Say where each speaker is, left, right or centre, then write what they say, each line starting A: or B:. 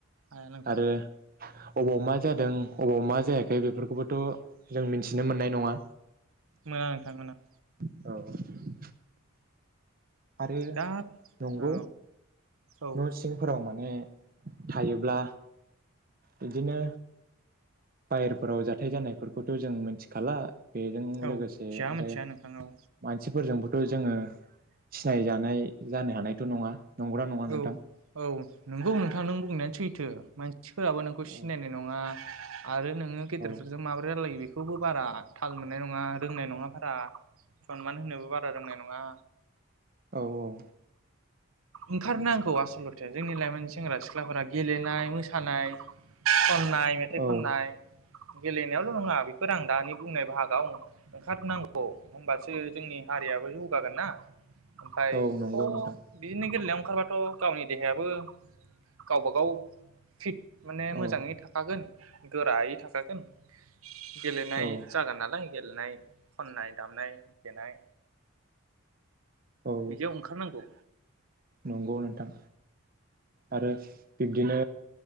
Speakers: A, on the right; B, on the right.
A: हाया नोंथां।
B: आरो अबाव मा जादों अबाव मा जायाखै बेफोरखौबोथ' जों मिन्थिनो मोननाय नङा।
A: मोना नोंथां मोना।
B: औ। आरो
A: दा
B: नंगौ।
A: औ औ
B: न' सिंफोराव माने थायोब्ला बिदिनो बायेरफोराव जाथाय जानायफोरखौथ' जों मिन्थिखाला बेजों
A: औ
B: लोगोसे
A: मिथिया
B: आरो
A: मिथिया नोंथां औ
B: मानसिफोरजोंबो थ' जोङो सिनायजानाय जानो हानायथ' नङा। नंगौना नङा
A: औ
B: नोंथां
A: औ नोंगौ नोंथां नों बुंनायानो सैथो। मानसिफोराबो नोंखौ सिनायनाय
B: औ
A: नङा। आरो नोङो गेदेरफोरजों
B: औ
A: माबोरै रायलायो बे बेखौबो बारा थाल मोननाय नङा रोंनाय नङा बारा सनमान होनोबो बारा रोंनाय नङा।
B: औ औ
A: ओंखारनांगौ आसल'थे जोंनि लाइमोन सेंग्रा सिख्लाफोरा गेलेनाय, मोसानाय सम खनाय मेथाइ
B: औ
A: खननाय गेलेनायावल' नङा। बेफोर आं दानि बुंनाय बाहागाव ओंखारनांगौ। औ होनबासो जोंनि हारियाबो जौगागोन ना। ओमफाय
B: औ नंगौ
A: थ'
B: नोंथां
A: बिनि गेलेनायाव ओंखारबाथ' गावनि देहायाबो गावबा गाव फिट माने मोजाङै
B: औ
A: थाखागोन। गोरायै थाखागोन गेलेनाय
B: औ
A: जागोन नालाय गेलेनाय खनाय, दामनाय देनाय,
B: औ
A: बिदियावओंखारनांगौ।
B: नंगौ नोंथां। आरो बिब्दिनो